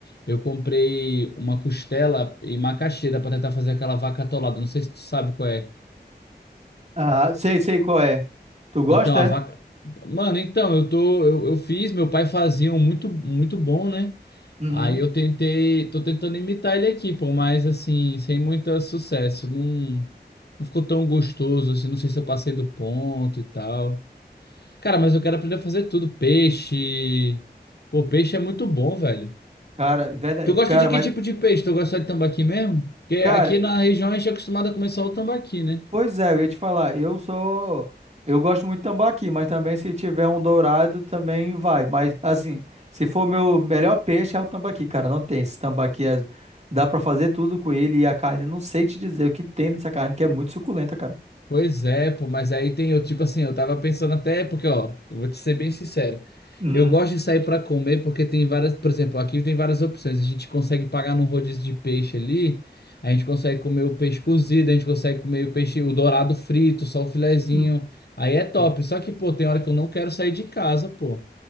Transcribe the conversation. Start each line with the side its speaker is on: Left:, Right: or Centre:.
Left: eu comprei uma costela e macaxeira pra tentar fazer aquela vaca atolada, não sei se tu sabe qual é.
Right: Ah, sei, sei qual é. Tu gosta,
Left: Então, a
Right: é?
Left: vaca... Mano, então, eu tô, eu, eu fiz, meu pai fazia um muito, muito bom, né?
Right: Uhum.
Left: Aí eu tentei, tô tentando imitar ele aqui, pô, mas assim, sem muito sucesso, não, não ficou tão gostoso, assim, não sei se eu passei do ponto e tal. Cara, mas eu quero aprender a fazer tudo. Peixe. Pô, peixe é muito bom, velho.
Right: Cara, é verdade.
Left: Tu gosta
Right: Cara,
Left: de que
Right: mas,
Left: tipo de peixe? Tu gosta de tambaqui mesmo? Porque
Right: cara,
Left: aqui na região a gente é acostumado a comer só o tambaqui, né?
Right: Pois é, eu ia te falar, eu sou. Eu gosto muito de tambaqui, mas também se tiver um dourado também vai. Mas assim, se for meu melhor peixe é o tambaqui, cara, não tem. Esse tambaqui é- dá pra fazer tudo com ele e a carne, não sei te dizer o que tem nessa carne, que é muito suculenta, cara.
Left: Pois é, pô, mas aí tem eu, tipo assim, eu tava pensando até, porque, ó, eu vou te ser bem sincero.
Right: Uhum,
Left: Eu gosto de sair pra comer porque tem várias, por exemplo, aqui tem várias opções. A gente consegue pagar num rodízio de peixe ali, a gente consegue comer o peixe cozido, a gente consegue comer o peixe, o dourado frito, só o filezinho.
Right: uhum,
Left: Aí é top.
Right: uhum.
Left: Só que, pô, tem hora que eu não quero sair de casa, pô.